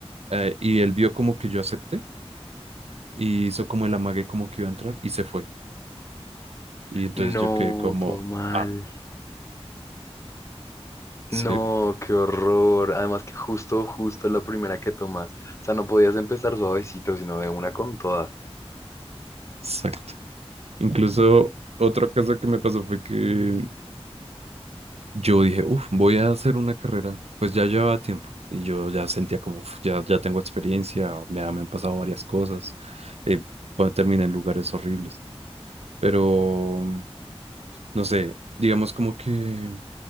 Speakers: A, on the right; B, on the left.
A: Eh, y él vio como que yo acepté y hizo como el amague como que iba a entrar y se fue. Y entonces
B: No,
A: yo quedé como,
B: todo mal.
A: ah, sí,
B: No, qué horror. Además que justo, justo la primera que tomas. O sea, no podías empezar suavecito, sino de una con toda.
A: exacto. Incluso otra cosa que me pasó fue que Yo dije, uff, voy a hacer una carrera, pues ya llevaba tiempo y yo ya sentía como, "Uf, ya, ya tengo experiencia, o me, ha- me han pasado varias cosas, eh, pues, terminé en lugares horribles, pero mm, no sé, digamos como que